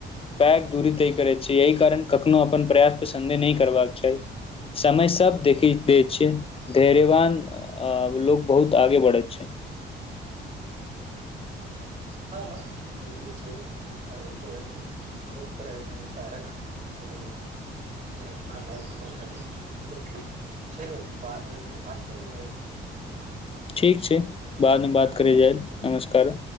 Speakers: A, on the left; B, on the right.
A: पैघ दूरी तय करैत छै यही कारण कखनो अपन प्रयास पे सन्देह नहि करबाक चाही समय सब देखि दै छै धैर्यवान आब लोग बहुत आगे बढ़ैत छै
B: हँ बिल्कुल सही कहलू आओर ई तऽ एक बहुत प्रेम तारक हँ घटना रहल हमर अभी तऽ ठीक छै बादमे फेर बात करल जाइ छी
A: ठीक छै बादमे बात करै जाइब नमस्कार